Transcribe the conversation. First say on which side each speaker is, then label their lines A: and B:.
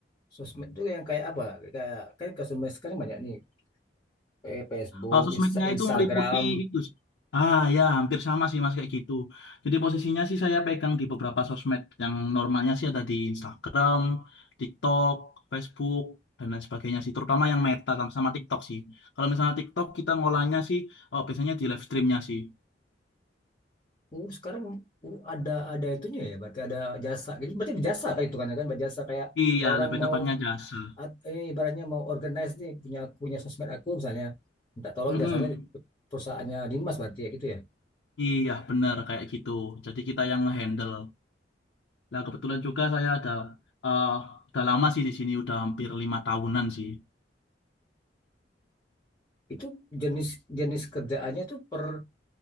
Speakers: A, on the left; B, on the left.
A: Sosmed itu yang kayak apa? Kayak kan ke sosmed sekarang banyak nih, eh, Facebook,
B: Eh, sosmednya
A: Insta- Instagram.
B: itu meliputi itu. Ah ya, hampir sama sih Mas kayak gitu. Jadi posisinya sih saya pegang di beberapa sosmed yang normalnya sih ada di Instagram, TikTok, Facebook dan lain sebagainya sih, terutama yang Meta sama TikTok sih. Kalau misalnya TikTok kita ngolahnya sih oh, biasanya di live streamnya sih.
A: Oh, sekarang oh, ada ada itunya ya, berarti ada jasa. Jadi berarti jasa kayak itu kan ya kan berjasa kayak
B: Iya,
A: orang
B: lebih
A: mau
B: tepatnya jasa.
A: at- ini ibaratnya mau organize nih punya punya sosmed aku misalnya minta tolong
B: Mm-mm.
A: jasanya di- perusahaannya Dimas berarti ya gitu ya.
B: Iya, benar kayak gitu. Jadi kita yang ngehandle. Nah, kebetulan juga saya ada eh udah lama sih di sini, udah hampir lima tahunan sih.
A: Itu jenis jenis kerjaannya itu per